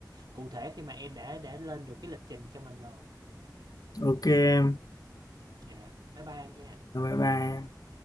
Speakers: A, on the right; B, on the left.
A: cụ thể khi mà em đã đã lên được cái lịch trình cho mình rồi
B: Ok em,
A: Dạ. Bye bye em nha.
B: Rồi, bye bye. em.